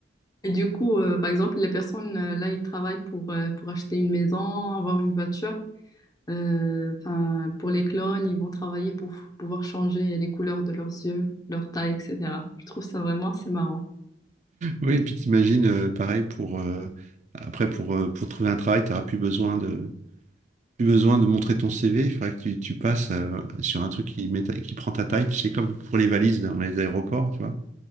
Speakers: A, on the left; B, on the right.
A: Et du coup, euh, par exemple, les personnes, euh, là, ils travaillent pour, euh, pour acheter une maison, avoir une voiture. Euh, enfin, pour les clones, ils vont travailler pour f- pouvoir changer les couleurs de leurs yeux, leur taille, etc. Je trouve ça vraiment assez marrant.
B: Oui, et puis t'imagines, euh, pareil, pour, euh, après, pour, euh, pour trouver un travail, t'auras plus besoin de, plus besoin de montrer ton CV. Il faudrait que tu, tu passes euh, sur un truc qui, met ta- qui prend ta taille. Tu sais, comme pour les valises dans les aéroports, tu vois.